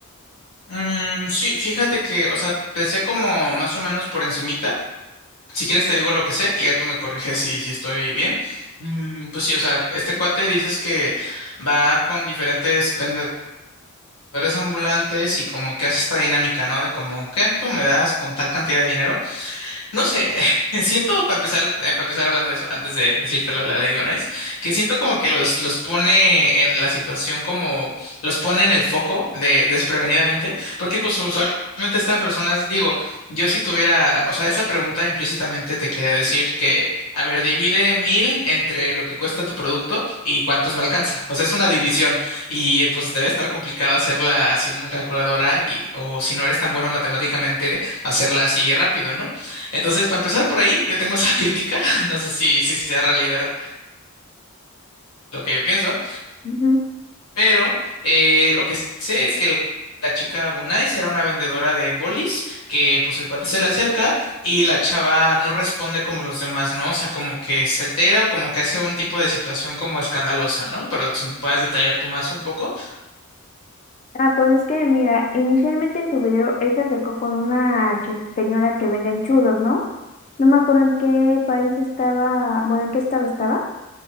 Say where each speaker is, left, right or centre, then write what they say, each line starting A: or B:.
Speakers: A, on the left; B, on the left.
A: Mm, sí, fíjate que, o sea, te sé como más o menos por encimita. Si quieres te digo lo que sé y ya tú me corriges si, si estoy bien. Mm, pues sí, o sea, este cuate dices que va con diferentes vendedores ambulantes y como que hace esta dinámica, ¿no? De como, ¿qué tú me das con tal cantidad de dinero? No sé, <laughs> siento para empezar, eh, para empezar hablando de eso, antes de decirte lo de la ley de Bonais, que siento como que los, los pone en la situación como, los pone en el foco de desprevenidamente, porque pues usualmente estas personas, digo, yo si tuviera, o sea, esa pregunta implícitamente te quiere decir que, a ver, divide mil entre lo que cuesta tu producto y cuántos me alcanza. O sea, es una división y pues debe estar complicado hacerla sin una calculadora y, o si no eres tan bueno matemáticamente, hacerla así rápido, ¿no? Entonces, para empezar por ahí, yo tengo esa crítica, <laughs> no sé si, si sea realidad lo que yo pienso,
B: Ujú.
A: pero eh, lo que sé es que la chica Bonai será una vendedora de bolis, que pues el cuate se le acerca y la chava no responde como los demás, ¿no? O sea, como que se altera o como que hace un tipo de situación como escandalosa, ¿no? Pero si me puedes detallar tú más un poco.
B: Ah, pues es que mira, inicialmente en su video él se acercó con una che- señora que vende enchudos, ¿no? No me acuerdo en qué país estaba, bueno, en qué estado estaba